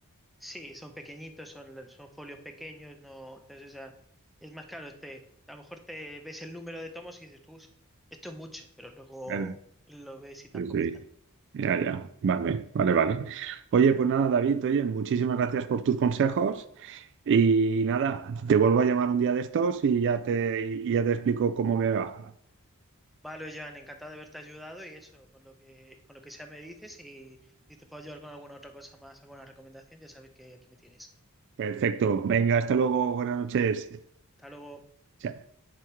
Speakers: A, in the centre; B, on the right (about 55°).
A: Sí, son pequeñitos, son, son folios pequeños, no, entonces ah, es más caro. Te, a lo mejor te ves el número de tomos y dices, tú, esto es mucho, pero luego
B: Claro,
A: lo ves y tampoco
B: Sí, sí.
A: es tanto.
B: Ya, ya. Vale, vale, vale. Oye, pues nada, David, oye, muchísimas gracias por tus consejos y nada, te vuelvo a llamar un día de estos y ya te, y ya te explico cómo me va.
A: Vale, Joan, encantado de haberte ayudado y eso, con lo que, con lo que sea me dices y si te puedo ayudar con alguna otra cosa más, alguna recomendación, ya sabes que aquí me tienes.
B: Perfecto. Venga, hasta luego. Buenas noches.
A: Hasta luego.
B: Chao.